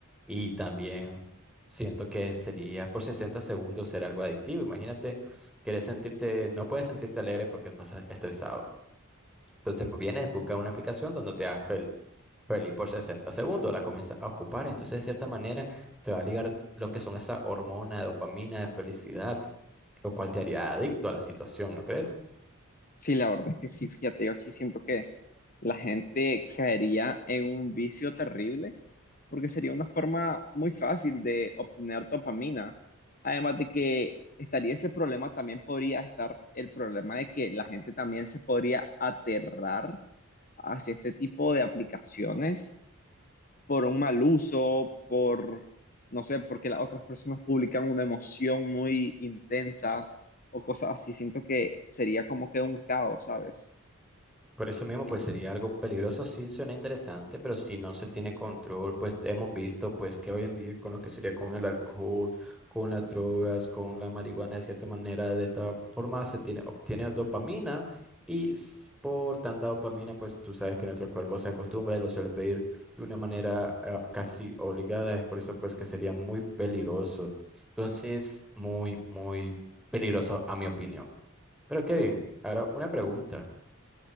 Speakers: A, in the centre; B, on the left (about 40°).
A: y también siento que sería por 60 segundos ser algo adictivo, imagínate, quieres sentirte, no puedes sentirte alegre porque pasas estresado. Entonces pues, vienes, busca una aplicación donde te hagas fel- feliz por 60 segundos, la comienzas a ocupar, entonces de cierta manera te va a ligar lo que son esa hormona de dopamina de felicidad. lo cual te haría adicto a la situación, ¿no crees?
B: Sí, la verdad es que sí, fíjate, yo sí siento que la gente caería en un vicio terrible porque sería una forma muy fácil de obtener dopamina. Además de que estaría ese problema, también podría estar el problema de que la gente también se podría aterrar hacia este tipo de aplicaciones por un mal uso, por, no sé, porque las otras personas publican una emoción muy intensa o cosas así. Siento que sería como que un caos, ¿sabes?
A: Por eso mismo, pues sería algo peligroso, sí suena interesante, pero si no se tiene control, pues hemos visto pues que hoy en día con lo que sería con el alcohol, con las drogas, con la marihuana, de cierta manera, de esta forma se tiene, obtiene dopamina y s- por tanta dopamina, pues tú sabes que nuestro cuerpo se acostumbra y lo suele pedir de una manera eh, casi obligada, es por eso pues que sería muy peligroso. Entonces, muy, muy peligroso a mi opinión. Pero Kevin, ahora una pregunta.